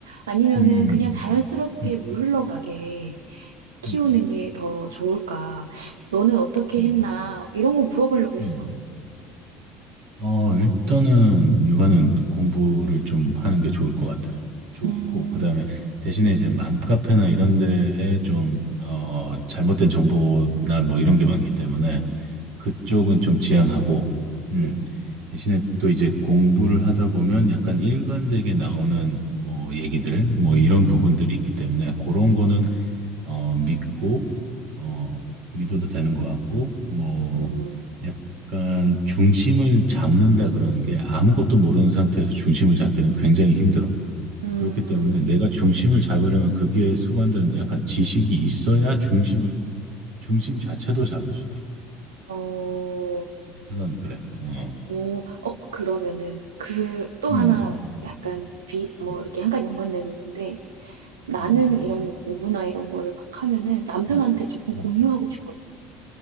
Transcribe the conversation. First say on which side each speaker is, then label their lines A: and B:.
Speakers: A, on the right; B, on the right.
A: 아니면은
B: 음,
A: 그냥 자연스럽게
B: 음,
A: 물 흘러가게 키우는
B: 음,
A: 게 더 좋을까? 너는 어떻게
B: 음,
A: 했나? 이런 거 물어보려고 했어.
B: 음, 어, 일단은 육아는 공부를 좀 하는 게 좋을 것 같아. 좋고,
A: 음,
B: 그 다음에 대신에 이제 맘카페나 이런 데에 좀, 어, 잘못된 정보나 뭐 이런 게 많기 때문에 그쪽은 좀 지양하고, 음,
A: 음,
B: 대신에 또 이제 공부를 하다 보면 약간 일관되게 나오는 뭐 얘기들, 뭐 이런 부분들이 있기 때문에 그런 거는 어, 믿고, 어, 믿어도 되는 것 같고, 뭐,
A: 음,
B: 약간 중심을 잡는다 그러는 게 아무것도 모르는 상태에서 중심을 잡기는 굉장히 힘들어.
A: 음,
B: 그렇기 때문에 내가 중심을 잡으려면 그게 수반된 약간 지식이 있어야 중심을, 중심 자체도 잡을 수가 있다.
A: 어,
B: 생각은 그래. 어,
A: 오, 어, 그러면은 그 또
B: 음,
A: 하나 약간 빛,
B: 음,
A: 뭐
B: 음,
A: 이렇게 약간 연관되는 건데 나는
B: 음,
A: 이런 공부나 이런 거를 막 하면은 남편한테
B: 음,
A: 조금
B: 음.
A: 공유하고
B: 음.
A: 싶거든.